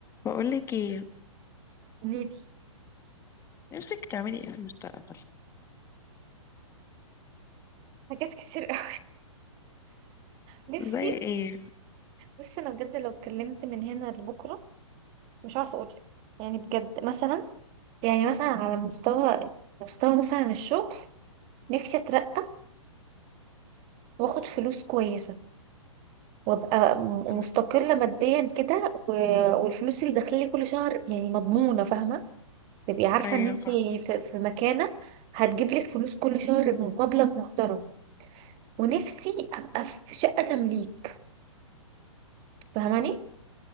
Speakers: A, on the left (about 15°); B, on the right (about 30°).
A: بقولك ايه
B: قوليلي
A: نفسك تعملي ايه في المستقبل
B: حاجات كتير قوي نفسي
A: زي ايه
B: بصي انا بجد لو اتكلمت من هنا لبكره مش عارفه اقولك يعني بجد مثلا يعني مثلا على مستوى مستوى مثلا الشغل نفسي اترقى واخد فلوس كويسه وابقى م-
A: أمي-
B: مستقله ماديا كده و... والفلوس اللي داخلالي كل شهر يعني مضمونه فاهمه تبقي عارفه
A: ايوه
B: ان انت
A: فاهمة
B: في... في مكانه هتجيبلك فلوس كل شهر بمقابله محترمه ونفسي ابقى في شقه تمليك فاهماني